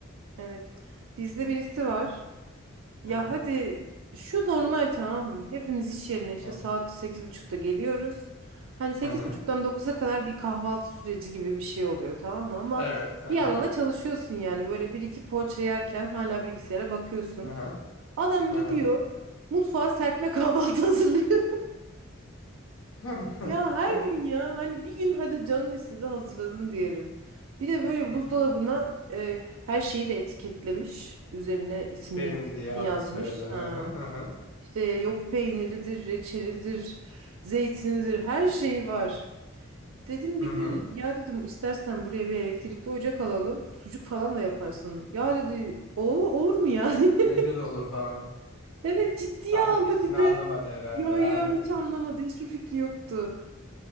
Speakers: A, on the right; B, on the left.
A: evet. Bizde birisi var. Ya
B: Hı hı.
A: hadi şu normal tamam mı? Hepimiz iş yerine işte
B: Hı
A: saat sekiz buçukta geliyoruz. Hani sekiz
B: hı. hı.
A: buçuktan dokuza kadar bir kahvaltı süreci gibi bir şey oluyor tamam mı? Ama
B: Evet. Hı
A: bir
B: hı.
A: yandan da çalışıyorsun yani. Böyle bir iki poğaça yerken hala bilgisayara bakıyorsun.
B: Hı hı.
A: Adam
B: Hı
A: gidiyor
B: hı.
A: mutfağa serpme kahvaltı <laughs> hazırlıyor.
B: <laughs>
A: Ya her gün ya hani bir gün hadi canın istedi hazırladın diyelim. Bir de böyle
B: Hı
A: buzdolabına
B: hı.
A: e, her şeyi de etiketlemiş. Üzerine isimle,
B: Benim
A: ismini
B: diye adı
A: yazmış.
B: soyadı. Hı
A: Ha.
B: hı. Hı hı.
A: İşte yok peyniridir, reçelidir, zeytinidir her şeyi var. Dedim bir
B: Hı
A: gün
B: hı.
A: ya dedim istersen buraya bir elektrikli ocak alalım. Sucuk falan da yaparsın. Ya dedi o olur mu ya? <laughs>
B: Ne güzel olur falan.
A: Evet ciddiye
B: Dalga
A: aldı
B: geçtiğini
A: bir de.
B: anlamadı herhalde.
A: Yo yo
B: Aynen.
A: hiç anlamadı hiçbir fikri yoktu.